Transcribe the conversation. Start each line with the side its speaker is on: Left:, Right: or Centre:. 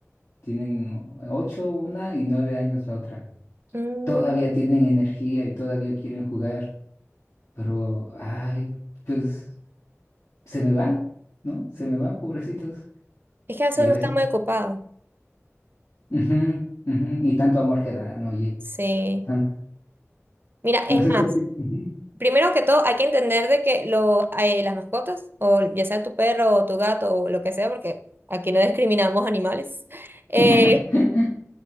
Left: Tienen 8, una y 9 años la otra.
Right: Mm,
Left: todavía tienen energía y todavía quieren jugar, pero, ay, pues se me va, ¿no? Se me va, pobrecitos.
Right: es que a veces
Left: Y a
Right: uno
Left: veces,
Right: está muy ocupado.
Left: ujú, ujú, y tanto amor que dan, oye,
Right: Sí.
Left: tanto.
Right: Mira, es
Left: No sé
Right: más,
Left: si a ti- ujú.
Right: primero que todo hay que entender de que lo, eh, las mascotas, o ya sea tu perro o tu gato o lo que sea, porque aquí no discriminamos animales. Eh,
Left: <laughs>